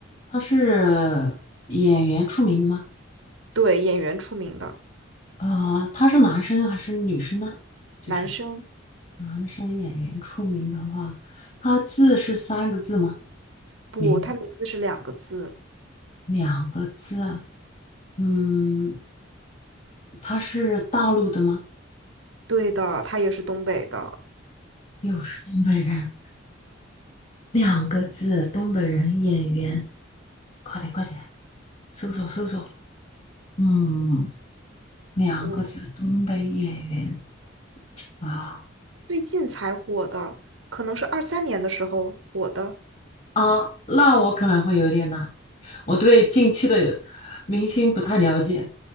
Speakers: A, on the left; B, on the right.
A: 他是演员出名的吗？
B: 对，演员出名的，
A: 呃，他是男生还是女生呢？就是。
B: 男生。
A: 男生演员出名的话，他字是三个字吗？
B: 不，
A: 名字
B: 他名字是两个字。
A: 两个字。嗯，他是大陆的吗？
B: 对的，他也是东北的。
A: 又是东北人，两个字，东北人演员。快点，快点，搜索搜索。嗯，两个字，
B: 我
A: 东北演员啊
B: 最近才火的，可能是二三年的时候火的
A: 啊，那我可能会有点难，我对近期的明星不太了解，